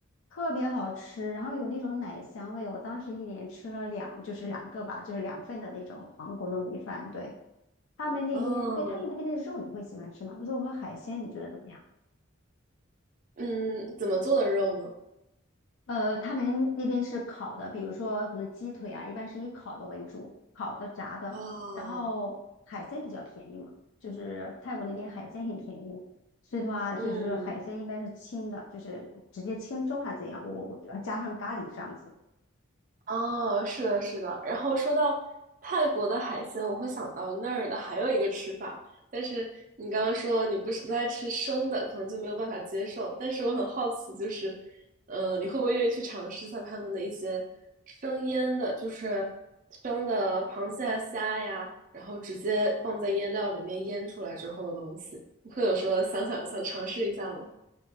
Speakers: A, on the left; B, on the right.
A: 特别好吃，然后有那种奶香味。我当时一连吃了两，就是两个吧，就是两份的那种芒果糯米饭。对，他们那边，
B: 哦，
A: 哎，他们那边的肉你会喜欢吃吗？肉和海鲜你觉得怎么样？
B: 嗯，怎么做的肉呢？
A: 呃，他们那边是烤的，比如说可能鸡腿啊，一般是以烤的为主，烤的、炸的，
B: 哦，
A: 然后海鲜比较便宜嘛，就是泰国那边海鲜很便宜，所以的话就是海鲜一般是清的，
B: 嗯。
A: 就是直接清蒸还是怎样，我我加上咖喱这样子。
B: 哦，是的，是的。然后说到泰国的海鲜，我会想到那儿的还有一个吃法，但是你刚刚说你不是不爱吃生的，可能就没有办法接受。但是我很好奇，就是，呃，你会不会愿意去尝试像他们的一些生腌的，就是生的螃蟹啊、虾呀，然后直接放在腌料里面腌出来之后的东西？你会有说想想想尝试一下吗？